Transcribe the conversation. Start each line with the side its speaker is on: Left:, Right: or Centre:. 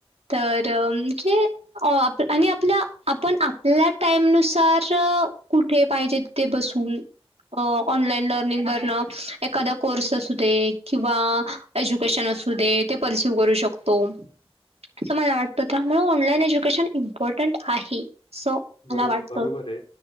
Right: तर म्हणजे अ आप -आणि आपल्या आपण आपल्या टाईमनुसार कुठ पाहिजे तिथे बसून अ ऑनलाईन लर्निंग करणं एखादा कोर्स असू दे किंवा एज्युकेशन असू दे ते परिस्यू करू शकतो. असं मला वाटतं त्यामुळं ऑनलाइन एज्युकेशन इम्पॉर्टंट आहे. असं
Left: बरो-
Right: मला वाटतं.
Left: बरोबर आहे.